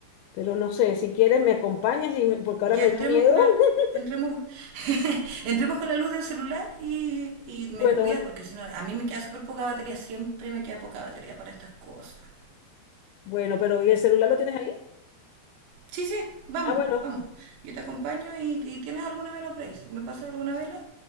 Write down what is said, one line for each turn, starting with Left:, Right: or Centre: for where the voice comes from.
Left: pero no sé, si quieres me acompañas y me- porque ahora
Right: Ya
Left: me
Right: entremos
Left: dio miedo.
Right: con la,
Left: <laughs>
Right: entremos, <laughs> entremos con la luz del celular y, y me
Left: Bueno,
Right: convidas
Left: bueno,
Right: porque si no, a mí me queda súper poca batería, siempre me queda poca batería para estas cosas.
Left: bueno, pero ¿y el celular lo tienes ahí?
Right: Sí, sí, vamos,
Left: Ah, bueno,
Right: vamos. Yo te acompaño y, y tienes alguna vela por ahí. Si me pasas alguna vela